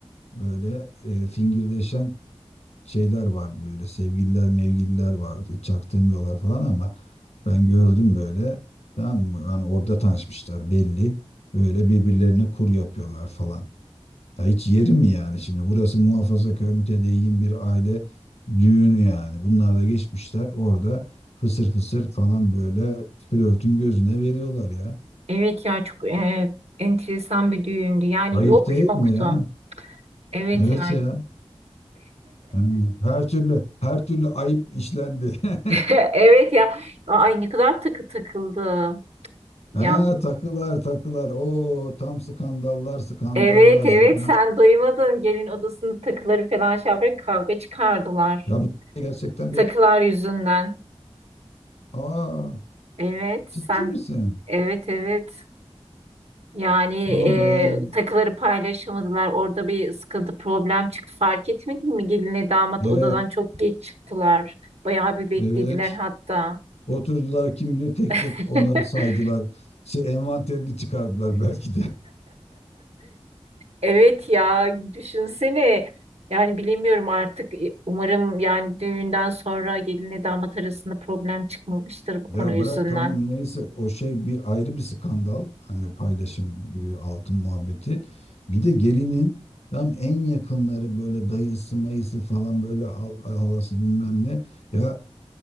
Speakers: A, on the left; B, on the right.
A: Böyle e, fingirdeşen şeyler vardı böyle sevgililer mevgililer vardı çaktırmıyorlar falan ama ben gördüm böyle tamam mı yani orada tanışmışlar belli böyle birbirlerine kur yapıyorlar falan. Ya hiç yeri mi yani şimdi burası muhafazakar mütedeyyin bir aile düğünü yani bunlar da geçmişler orada fısır fısır falan böyle flörtün gözüne veriyorlar ya.
B: Evet ya çok e, enteresan bir düğündü. Yani
A: Ayıp
B: yok
A: değil
B: yoktu.
A: mi ya?
B: Evet
A: Evet
B: ya.
A: ya.
B: <laughs>
A: Yani her türlü her türlü ayıp işlendi. <laughs>
B: <laughs> Evet ya. Ay ne kadar takı takıldı. Ya
A: He, takılar takılar. O tam skandallar skandallar
B: evet evet
A: ya ben
B: sen duymadın. Gelin odasının takıları falan şey yaparak kavga çıkardılar.
A: ya bu gerçekten
B: Takılar
A: bir
B: yüzünden.
A: aa
B: Evet
A: ciddi
B: sen
A: misin?
B: evet evet. Yani e,
A: Vallahi ya,
B: takıları paylaşamadılar. Orada bir sıkıntı, problem çıktı. Fark etmedin mi? Gelinle damat
A: Ya,
B: odadan çok geç çıktılar. Bayağı bir beklediler
A: evet.
B: hatta.
A: Oturdular kim bilir tek
B: <laughs>
A: tek onları saydılar. Şey envanterini çıkardılar belki de. <laughs>
B: Evet ya düşünsene. Yani bilemiyorum artık. Umarım yani düğünden sonra gelinle damat arasında problem çıkmamıştır bu konu
A: Ya
B: yüzünden.
A: bırak tamam neyse o şey bir ayrı bir skandal. Hani paylaşım e, altın muhabbeti. Bir de gelinin tam en yakınları böyle dayısı mayısı falan böyle al, halası bilmem ne. Ya